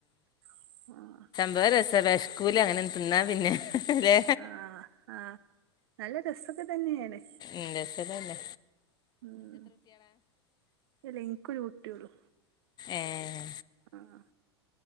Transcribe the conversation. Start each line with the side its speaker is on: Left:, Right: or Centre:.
Right: <unintelligible>
Left: ന്താരസം വെഷ്ക്കൂല അങ്ങനെൻതിന്നാ പിന്നെ ഹെ ഹേ ലെ?
Right: ആഹാ ആഹ് നല്ല രസൊക്കെ തന്നെണ്.
Left: ഇന്നേൽ തന്നേലേ
Right: ഉും എല്ല ഇൻക്കൊരു കുട്ടിയൊള്ളു
Left: ഏഹേ
Right: ആഹാ